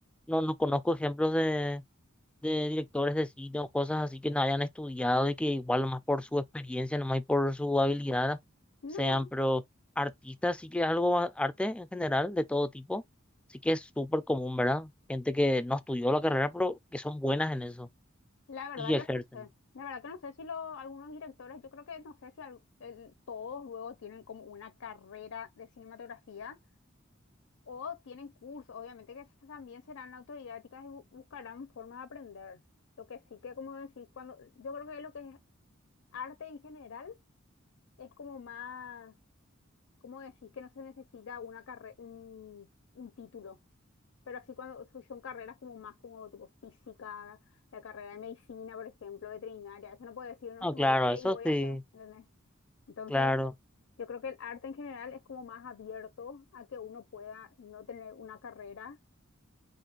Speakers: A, in the centre; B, on the left (about 80°).
A: no, no conozco ejemplos de de directores de cine o cosas así que no hayan estudiado y que igual más por su experiencia, nomás y por su habilidad
B: No,
A: sean, pero artistas sí que es algo, ba- arte en general, de todo tipo, sí que es súper común, ¿verdad? Gente que no estudió la carrera, pero que son buenas en eso
B: la verdad
A: y ejercen.
B: que no sé. La verdad que no sé si lo- algunos directores, yo creo que no sé si al- el- todos luego tienen como una carrera de cinematografía o tienen cursos. Obviamente que esas también serán autodidácticas y bu- buscarán formas de aprender. Lo que sí que, como decís, cuando yo creo que lo que es arte en general es como más ¿Cómo decís que no se necesita una carre un, un título? Pero así cuando so- son carreras como más como tipo física, la carrera de medicina, por ejemplo, veterinaria, eso no puede decir no
A: No,
B: estudié
A: claro, eso
B: y voy
A: sí,
B: a hacer, ¿entendés? Entonces,
A: claro,
B: yo creo que el arte en general es como más abierto a que uno pueda no tener una carrera